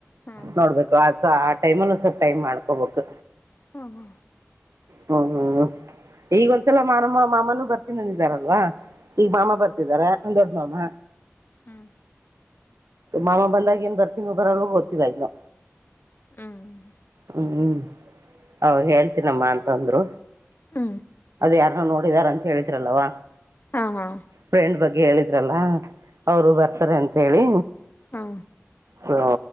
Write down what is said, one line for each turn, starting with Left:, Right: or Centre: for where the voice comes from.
Left: ಹಾ
Right: ನೋಡ್ಬೇಕು ಆ ಆ ಟೈಮಲ್ಲ ಸ್ ಟೈಮ್ ಮಾಡ್ಕೋಬೇಕು
Left: ಹಾ ಹಾ
Right: ಹ್ಮ್ ಹ್ಮ್ ಈಗ ಒಂದ್ಸಲ ಮಾನಮ್ಮ ಮಾಮನೂ ಬರ್ತೀನಂದ ಇದಿದಾರಲ್ವಾ ಈಗ ಮಾಮ ಬರ್ತಿದಾರ ಒಂದು ದೊಡ್ಡ ಮಾಮ
Left: ಹ್ಮ್
Right: ಮಾಮ ಬಂದಾಗ ಏನ್ ಬರ್ತೀಿ ಬರಳಗ ಗೊತ್ತಿಲ್ಲ ಇನ್ನು
Left: ಹ್ಮ್
Right: ಹ್ಮ್ ಅವ ಹೇಳ್ತನಮ್ಮ ಅಂತಂದ್ರು
Left: ಹಾ
Right: ಯಾರನ್ನ ನೋಡಿದಾರ ಅಂತ ಹೇಳಿದ್ರಲ್ಲಲ್ವಾ
Left: ಹಾ ಹಾ
Right: ಫ್ರೆಂಡ್ ಬಗ್ಗೆ ಹೇಳಿದ್ರಲ್ಲ ಅವರು ಬರ್ತಾರೆ ಅಂತ ಹೇಳಿ
Left: ಹಾ
Right: ಹ